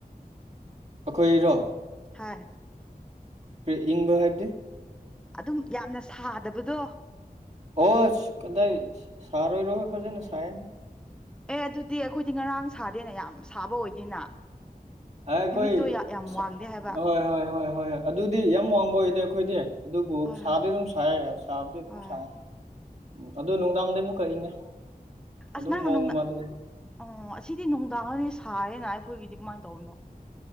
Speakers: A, on the right; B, in the centre.
A: ꯑꯈꯣꯏꯔꯣ
B: ꯍꯥꯏ
A: ꯀ꯭ꯔꯤ ꯏꯪꯕ ꯍꯥꯏꯕꯗꯤ
B: ꯑꯗꯨꯝ ꯌꯥꯝꯅ ꯁꯥꯗꯕꯗꯣ
A: ꯑꯣꯁ ꯀꯗꯥꯏ ꯁꯥꯔꯣꯏꯔꯣ ꯐꯖꯅ ꯁꯥꯏꯌꯦ
B: ꯑꯦ ꯑꯗꯨꯗꯤ ꯑꯈꯣꯏꯗꯤ ꯉꯔꯥꯡ ꯁꯥꯗꯦꯅꯦ ꯌꯥꯝ ꯁꯥꯕ ꯑꯣꯏꯗꯦꯅ
A: ꯑꯦ ꯑꯈꯣꯏ
B: ꯍ꯭ꯌꯨꯃꯤꯠꯇꯣ ꯌꯥꯝ
A: ꯁ
B: ꯋꯥꯡꯗꯦ ꯍꯥꯏꯕ
A: ꯍꯣꯏ ꯍꯣꯏ ꯍꯣꯏ ꯍꯣꯏ ꯑꯗꯨꯗꯤ ꯌꯥꯝ ꯋꯥꯡꯕ ꯑꯣꯏꯗꯦ ꯑꯈꯣꯏꯗꯤ ꯑꯗꯨꯕꯨ
B: ꯍꯣꯏ
A: ꯁꯥꯗꯤ
B: ꯍꯣꯏ
A: ꯑꯗꯨꯝ ꯁꯥꯏ ꯁꯥꯕꯗꯤ ꯑꯗꯨꯝ
B: ꯍꯣꯏ
A: ꯁꯥꯏ ꯎꯝ ꯑꯗꯣ ꯅꯨꯡꯗꯥꯡꯗꯩ ꯑꯃꯨꯛꯀ ꯏꯪꯉꯦ ꯑꯗꯨꯝ
B: ꯑꯁ ꯅꯪꯅ
A: ꯃꯑꯣꯡ
B: ꯅꯨꯡꯗꯥ
A: ꯑꯃꯗ
B: ꯑꯣ ꯑꯁꯤꯗꯤ ꯅꯨꯡꯗꯥꯡꯗꯗꯤ ꯁꯥꯏꯌꯦꯅ ꯑꯩꯈꯣꯏꯒꯤꯗꯤ ꯀꯃꯥꯏ ꯇꯧꯕꯅꯣ